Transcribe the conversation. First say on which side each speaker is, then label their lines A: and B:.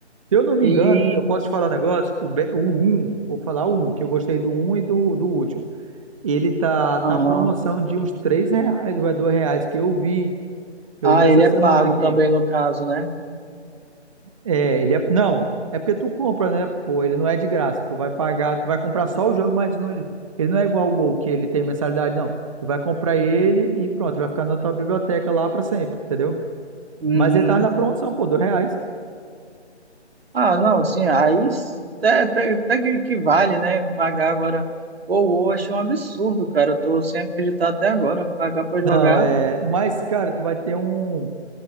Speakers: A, on the right; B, on the right.
A: Se eu não me
B: e,
A: engano, eu posso te falar um negócio, o, Be- o 1, vou falar o 1, que eu gostei do um e do, do último. Ele tá
B: aham.
A: na promoção de uns 3 reais ou é 2 reais que eu vi. Eu
B: Ah,
A: vi essa
B: ele é
A: semana
B: pago
A: aqui.
B: também no caso, né?
A: É, ele é. Não, é porque tu compra, né? Pô, ele não é de graça. Tu vai pagar, tu vai comprar só o jogo, mas não, ele, ele não é igual o WoW, que ele tem mensalidade, não. Tu vai comprar ele e pronto, vai ficar na tua biblioteca lá pra sempre, entendeu?
B: Uhum.
A: Mas ele tá na promoção, pô, dois reais.
B: Ah, não, sim, aí s- até, até, até que, que vale, né? Pagar agora. Ou, ou, achei um absurdo, cara. Eu tô sem acreditar até agora, pagar pra
A: Não,
B: jogar.
A: é. Mas, cara, tu vai ter um.